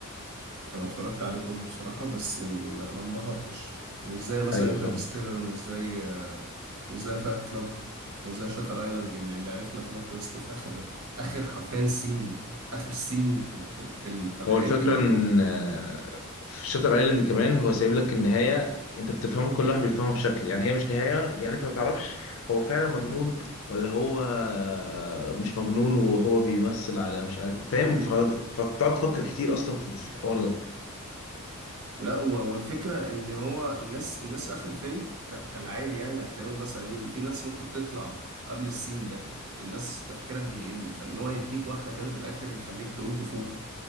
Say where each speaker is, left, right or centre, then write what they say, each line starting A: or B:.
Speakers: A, on the right (about 80°); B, on the left (about 65°).
A: انا اتفرجت عليه كله بصراحه بس ما ما انبهرتش مش زي مثلا
B: ايوه
A: انترستيلر
B: فاهم
A: مش زي آه، مش زي فات كلاب مش زي شاتر ايلاند اللي اللي عرفنا بلوت تويست في اخر اخر حرفيا سين اخر سين في ال- في الفيلم فالحاجات
B: هو الفكرة
A: دي برضو
B: إن آه، في شاتر ايلاند كمان هو سايب لك النهاية أنت بتفهمها كل واحد بيفهمها بشكل يعني هي مش نهاية يعني أنت ما تعرفش هو فعلا مجنون ولا هو آه، مش مجنون وهو بيمثل على مش عارف فاهم ف- فبتقعد تفكر كتير أصلا في في الحوار ده
A: لا و- والفكرة ان هو الناس الناس اخر الفيلم ك- كالعادي يعني هتلاقيهم مثلا ايه في ناس ممكن تطلع قبل السين ده الناس تفكيرها بيقل فان هو يديك واحدة كده في الاخر يخليك تقوم تفوق